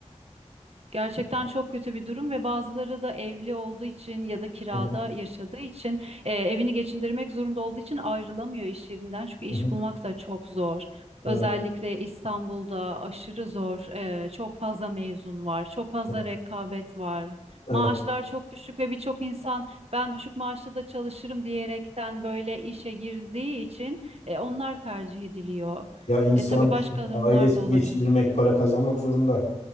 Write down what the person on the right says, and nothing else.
Gerçekten çok kötü bir durum ve bazıları da evli olduğu için ya da kirada
yaşadığı için e, evini geçindirmek zorunda olduğu için ayrılamıyor iş yerinden. Çünkü iş
bulmak da çok zor. Özellikle
İstanbul'da aşırı zor. E, çok fazla mezun var, çok fazla
rekabet var.
Maaşlar çok düşük ve birçok insan ben düşük maaşla da çalışırım diyerekten böyle işe girdiği için e, onlar tercih ediliyor.
E, tabii başka
durumlar
da olabilir.